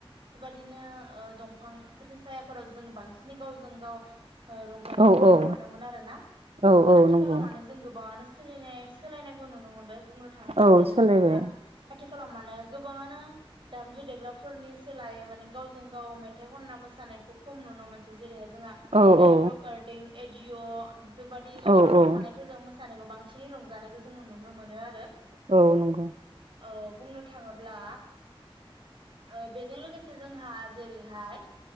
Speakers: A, on the right; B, on the right.
A: बेबदिनो ओ दंफांफोरनि सायाफोराव जों बांसिन गावजों गाव ओ रंजानायखौ
B: औ
A: नुनो
B: औ
A: मोनोमोन आरो ना
B: औ
A: ओ
B: औ
A: आथिखालाव
B: नंगौ
A: मानो जों गोबाङानो सोलिनाय सोलायनायखौ नुनो मोनबाय। बुंनो थाङोबा
B: औ
A: जेरैहाय
B: सोलायबाय
A: जोंहा ने गोबांङनो दामजु देग्राफोरनि सोलाय माने गावजों गाव मेथाइ खनना मोसानायखौ खम नुनो मोनसै जेरैहाय जोंहा
B: औ
A: टेप
B: औ
A: रेकर्डं एडिअ' बेफोरबायदि
B: औ
A: सल'
B: औ
A: थाखानायफोरजों मोसानायखौ बांसिनै रंजानोखौ जोङो नुनो मोनो आरो
B: औ नंगौ
A: ओ बुंनो थाङोब्ला ओ बेजों लोगोसे जोंहा जेरैहाय